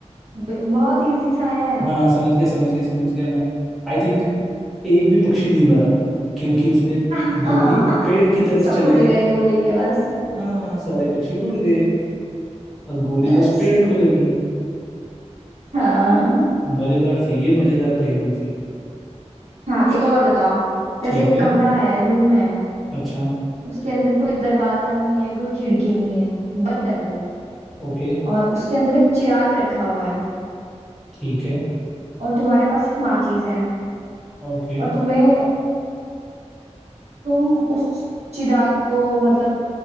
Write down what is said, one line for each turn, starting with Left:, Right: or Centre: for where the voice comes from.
Right: ब- बहुत इजी सा है
Centre: हाँ समझ गया समझ गया समझ गया मैं आई थिंक एक भी पक्षी नहीं मरा क्योंकि उसने
Right: हाँ
Centre: गोली
Right: <laughs>
Centre: पेड़ की तरफ
Right: सब
Centre: चलाई
Right: उड़ गए गोली के आवाज से
Centre: हाँ सारे पक्षी उड़ गए और गोली
Right: बस
Centre: बस पेड़ को लगी
Right: हाँ
Centre: मजेदार थी ये मजेदार पहेली थी
Right: हाँ एक और बताओ
Centre: ठीक
Right: जैसे एक
Centre: है
Right: कमरा है रूम है
Centre: अच्छा
Right: उसके अंदर कोई दरवाजा नहीं है कोई खिड़की नहीं है बंद है वो
Centre: ओके
Right: और उसके अंदर एक चिराग रखा हुआ है
Centre: ठीक है
Right: और तुम्हारे पास एक माचिस है
Centre: ओके
Right: और तुम्हें तुम उस चिराग को मतलब